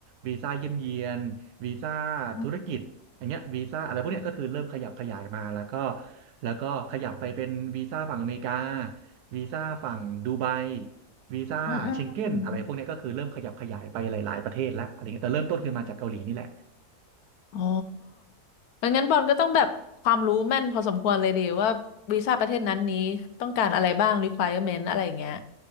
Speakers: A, on the right; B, on the left.
A: วีซ่าเยี่ยมเยียนวีซ่า
B: อืม
A: ธุรกิจอย่างเงี้ยวีซ่าอะไรพวกเนี้ยก็คือเริ่มขยับขยายมาแล้วก็แล้วก็ขยับไปเป็นวีซ่าฝั่งอเมริกาวีซ่าฝั่งดูไบวีซ่าเชงเก้นอะไรพวกเนี้ยก็คือเริ่มขยับขยายไปหลายๆประเทศแล้วอะไรเงี้ยแต่เริ่มต้นคือมาจากเกาหลีนี่แหละ
B: อืมอืม อ๋อมันงั้นบอลก็ต้องแบบความรู้แม่นพอสมควรเลยดีว่าวีซ่าประเทศนั้นนี้ต้องการอะไรบ้าง requirement อะไรอย่างเงี้ย